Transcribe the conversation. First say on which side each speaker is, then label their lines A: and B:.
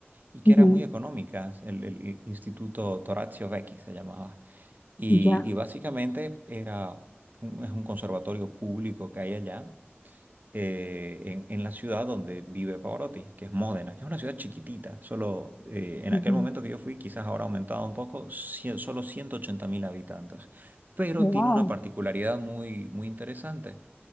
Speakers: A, on the right (about 45°); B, on the left (about 40°).
A: y que
B: ujú,
A: era muy económica. El, el i- Instituto Torazio Vecchi se llamaba. Y,
B: ya.
A: y básicamente era un- es un conservatorio público que hay allá eh, en, en la ciudad donde vive Pavarotti, que es Módena, que es una ciudad chiquitita, solo eh, en
B: ujú.
A: aquel momento que yo fui, quizás ahora ha aumentado un poco, cien- solo 180 mil habitantes, pero
B: Wow.
A: tiene una particularidad muy, muy interesante,